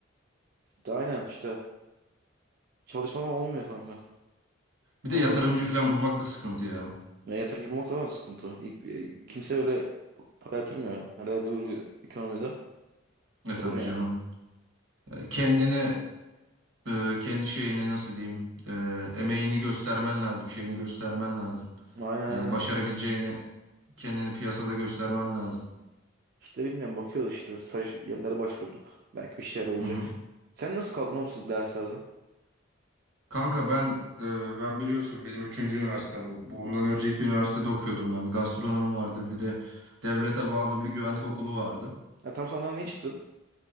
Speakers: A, on the right (about 50°); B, on the right (about 75°).
A: De aynen işte çalışmadan olmuyor kanka.
B: Bir
A: Bakalım.
B: de yatırımcı falan bulmak da sıkıntı ya.
A: Ya yatırımcı bulmak da sıkıntı. İlk, e, kimse öyle para yatırmıyor. Hele böyle bir ekonomide
B: E tabii
A: zor yani.
B: canım. E, Kendini e, kendi şeyini nasıl diyeyim e, emeğini göstermen lazım şeyini göstermen lazım.
A: Aynen
B: Yani
A: aynen.
B: başarabileceğini kendini piyasada göstermen lazım.
A: İşte bilmiyorum bakıyoruz işte staj yerlere başvurduk. Belki bir şeyler olacak.
B: Hı hı.
A: Sen nasıl kaldın o musun derslerden?
B: Kanka ben e, ben biliyorsun benim üçüncü üniversitem bu. Bundan önceki üniversitede okuyordum ben. Bir gastronomi vardı, bir de devlete bağlı bir güvenlik okulu vardı.
A: Ha, tam sonradan ne çıktın?